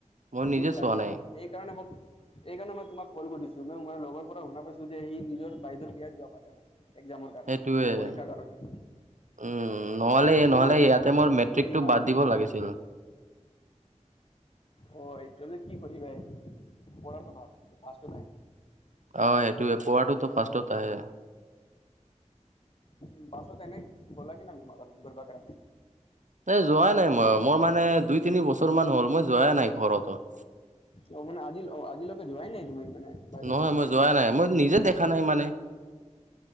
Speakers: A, on the right; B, on the left.
A: মই নিজে
B: দুখ লাগিল
A: চোৱা নাই
B: মোক সেইকাৰণে মোক এইকাৰণে মই তোমাক কল কৰি দিছো মই লগৰ পৰা শুনা পাইছো যে সি নিজৰ বাইদেৰ বিয়াত যোৱা পাৰে এক্সামৰ কাৰণে
A: সেইটোয়ে
B: মানে পৰীক্ষাৰ কাৰণে।
A: উম, নহ'লে-নহ'লে
B: এইটোৱে
A: ইয়াতে
B: এইটো
A: মোৰ
B: কি
A: মেট্ৰিকটো
B: কৰিম আৰু
A: বাদ
B: কি
A: দিব
B: কৰিম।
A: লাগিছিল।
B: অ, এইটো ন কি কৰি এইটো পঢ়াটো ভাল ফাৰ্ষ্ট
A: অ, সেইটোয়ে পোৱাটোতো ফাৰ্ষ্টত আহে।
B: উ পাছত এনেই গ'লা কি না ঘুমা কাৰণে ঘূৰবা কাৰণে।
A: এ যোৱাই নাই মই, মোৰ মানে দুই-তিনি বছৰ মান হ'ল মই যোৱাই নাই ঘৰতো।
B: অ, মানে আজি আজিলৈকে যোৱাই নাই তুমি মানে। বাইদেউৰ
A: নহয়
B: ঘৰত
A: মই যোৱা নাই, মই নিজে দেখা নাই মানে।